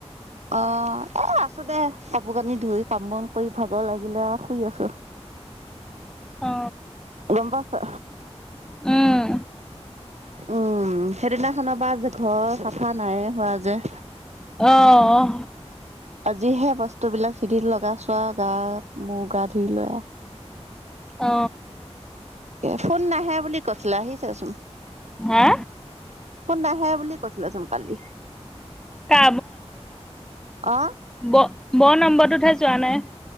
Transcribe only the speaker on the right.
অ এ আছোঁ দে কাপোৰ কানি ধুই কাম বন কৰি ভাগৰ লাগিলে আৰু শুই আছোঁ।
গম পাইছে।
উম সেইদিনাখনৰ পৰা যে ঘৰ চাফা নাইয়েই হোৱা যে।
আজিহে বস্তু বিলাক চিধিল লগাইছোৱে আৰু গা মূৰ গা ধুই লৈ।
ফোন নাহে বুলি কৈছিলে আহিছেচোন
ফোন নাহে বুলি। <unintelligible> কালি
অ।